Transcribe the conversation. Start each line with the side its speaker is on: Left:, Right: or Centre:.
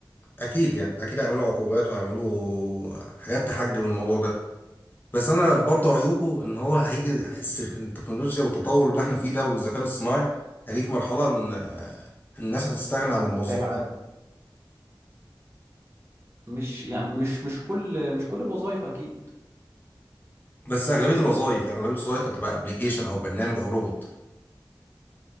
Left: اكيد يعني اكيد هيعملوا عقوبات وهيعملوا حاجات تحجم الموضوع ده بس انا برضه عيوبه ان هو هيجي الس- التكنولوجيا والتطور اللي احنا فيه ده والذكاء الاصطناعي هيجي في مرحله ان آه، الناس هتستغنى عن الموظفين
Right: هيبقى عادي مش يعني مش مش كل مش كل الوظائف اكيد
Left: بس اغلبيه الوظائف يعني اغلبيه الوظائف هتبقى ابلكيشن او برنامج او روبوت